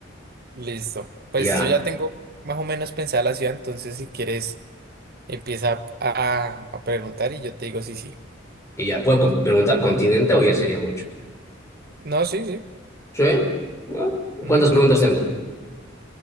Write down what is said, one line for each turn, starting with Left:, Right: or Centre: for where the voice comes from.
Right: Listo. Pues
Left: Ya,
Right: yo ya tengo más o menos pensada la ciudad, entonces si quieres empieza a, a preguntar y yo te digo sí, sí.
Left: y ya, ¿puedo co- preguntar continente o ya sería mucho?
Right: No, sí, sí.
Left: ¿Sí? Bueno, ¿cuántas
Right: Ujú.
Left: preguntas tengo?